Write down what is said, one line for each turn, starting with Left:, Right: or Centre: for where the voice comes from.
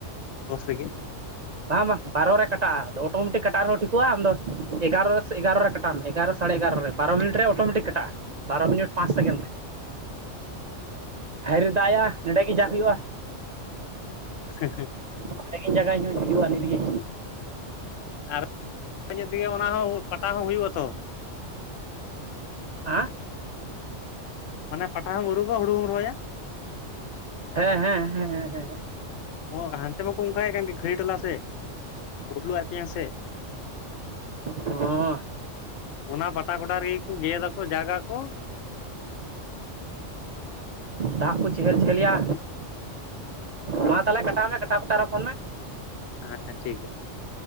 Left: ᱫᱚᱥ ᱨᱮᱜᱮ
Right: ᱵᱟᱝ ᱵᱟᱝ ᱵᱟᱨᱚ ᱨᱮ ᱠᱟᱴᱟᱜᱼᱟ ᱟᱫᱚ ᱚᱴᱳᱢᱮᱴᱤᱠ ᱠᱟᱴᱟᱜ ᱨᱮᱦᱚᱸ ᱴᱷᱤᱠᱚᱜᱼᱟ ᱟᱢᱫᱚ ᱮᱜᱟᱨᱚ ᱨᱮ ᱥᱮ ᱮᱜᱟᱨᱚ ᱨᱮ ᱠᱟᱴᱟᱣ ᱢᱮ ᱮᱜᱟᱨᱚ ᱥᱟᱲᱮ ᱮᱜᱟᱨᱚ ᱨᱮ ᱵᱟᱨ ᱢᱤᱱᱤᱴ ᱨᱮ ᱚᱴᱳᱢᱮᱴᱤᱠ ᱠᱟᱴᱟᱜᱼᱟ᱾ ᱵᱟᱨᱚ ᱢᱤᱱᱤᱴ ᱯᱟᱸᱪ ᱥᱮᱠᱮᱱᱰ ᱨᱮ, ᱦᱟᱭ ᱨᱮ ᱫᱟᱜᱼᱭᱟ ᱱᱚᱰᱮ ᱜᱮ ᱡᱟ ᱦᱩᱭᱩᱜᱼᱟ᱾
Left: ᱦᱮᱸ ᱦᱮᱸ
Right: <inaudible> ᱨᱮᱸᱜᱤᱧ ᱡᱟᱭᱜᱟ ᱤᱧ ᱦᱚᱧ ᱦᱤᱡᱩᱜᱼᱟ ᱱᱤᱛ ᱜᱤ᱾
Left: <unintelligible> ᱛᱮᱜᱮ ᱚᱱᱟ ᱦᱚᱸ ᱯᱟᱴᱟ ᱦᱚᱸ ᱦᱩᱭᱩᱜ ᱟᱛᱚ᱾
Right: ᱦᱟᱸ
Left: ᱢᱟᱱᱮ ᱯᱟᱴᱟ ᱦᱚᱢ ᱟᱹᱨᱩᱵᱟ ᱦᱩᱲᱩ ᱦᱚᱢ ᱨᱚᱦᱚᱭᱟ᱾
Right: ᱦᱮᱸ ᱦᱮᱸ ᱦᱮᱸ ᱦᱮᱸ ᱦᱮᱸ ᱮᱸ
Left: ᱚ ᱦᱟᱱᱛᱮ ᱢᱟᱠᱚ ᱚᱱᱠᱟᱭᱮᱫ ᱠᱟᱱ ᱜᱮ ᱠᱷᱟᱹᱨᱟᱹ ᱴᱚᱞᱟ ᱥᱮᱫ ᱵᱟᱹᱵᱽᱞᱩ ᱟᱡ ᱛᱮᱭᱟᱝ ᱥᱮᱫ
Right: ᱚᱸ
Left: ᱚᱱᱟ ᱯᱟᱴᱟ ᱜᱚᱰᱟ ᱨᱮᱜᱮ ᱠᱚ ᱜᱮᱫ ᱟᱠᱚ ᱡᱟᱜ ᱟᱠᱚ᱾
Right: ᱫᱟᱜ ᱠᱚ ᱪᱮᱦᱮᱞ ᱪᱮᱦᱮᱞ ᱭᱟ, ᱢᱟ ᱛᱟᱦᱚᱞᱮ ᱠᱟᱴᱟᱣ ᱢᱮ ᱠᱟᱴᱟᱣ ᱠᱟᱛᱮ ᱟᱨᱦᱚᱸ ᱯᱷᱳᱱ ᱢᱮ᱾
Left: ᱦᱮᱸ ᱴᱷᱤᱠ ᱜᱮᱭᱟ᱾